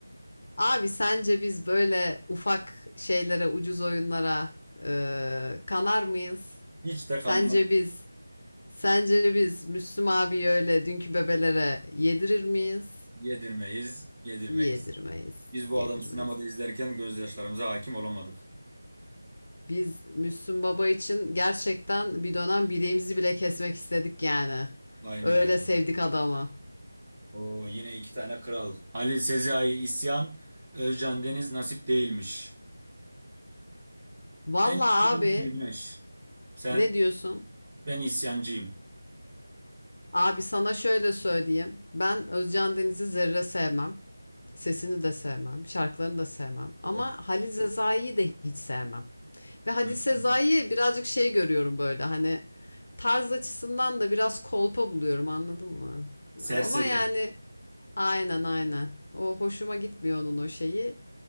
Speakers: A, on the left; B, on the right.
A: Abi sence biz böyle ufak şeylere, ucuz oyunlara eee, kanar mıyız?
B: Hiç de
A: Sence
B: kanına
A: biz, sence biz Müslüm abi öyle dünkü bebelere yedirir miyiz?
B: yedirmeyiz, yedirmeyiz.
A: Yedirmeyiz,
B: Biz
A: yedirmeyiz.
B: bu adamı sinemada izlerken gözyaşlarımıza hakim olamadık.
A: Biz Müslüm Baba için gerçekten bir dönem bileğimizi bile kesmek istedik yani.
B: Aynen
A: Öyle
B: öyle.
A: sevdik adamı.
B: Oo, yine iki tane kral. Halil Sezai isyan. Özcan Deniz nasip değilmiş.
A: Valla
B: Ben isyancıyım
A: abi
B: Güneş. Sen,
A: ne diyorsun?
B: ben isyancıyım.
A: Abi sana şöyle söyleyeyim. Ben Özcan Deniz'i zerre sevmem. Sesini de sevmem. Şarkılarını da sevmem.
B: Evet.
A: Ama Halil Sezai'yi de hiç sevmem. Ve Halil
B: Hmm,
A: Sezai'yi birazcık şey görüyorum böyle hani tarz açısından da biraz kolpa buluyorum anladın mı?
B: Serseri.
A: Ama yani Aynen aynen. O hoşuma gitmiyor onun o şeyi.